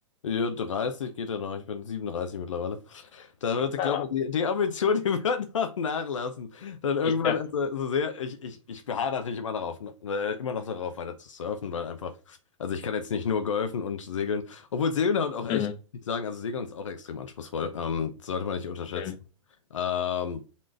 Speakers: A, on the left; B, on the left.
A: Ja, 30 geht ja noch. Ich bin 37 mittlerweile. Da wird,
B: Ah,
A: glaube ich, die, die Ambition, die wird noch nachlassen. Dann irgendwann,
B: <laughs> ja.
A: also so sehr, ich, ich, ich beharre natürlich immer darauf, ne, äh, immer noch darauf, weiter zu surfen, weil einfach, also ich kann jetzt nicht nur golfen und segeln, obwohl Segeln halt auch echt,
B: Mhm.
A: muss ich sagen, also Segeln ist auch extrem anspruchsvoll, ähm, sollte man nicht unterschätzen.
B: Mhm.
A: Ähm,